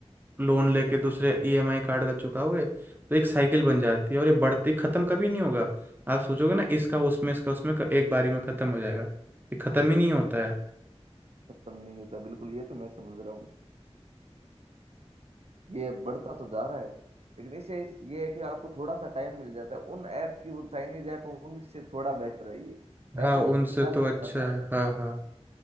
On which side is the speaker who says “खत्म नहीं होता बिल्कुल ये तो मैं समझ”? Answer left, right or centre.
Right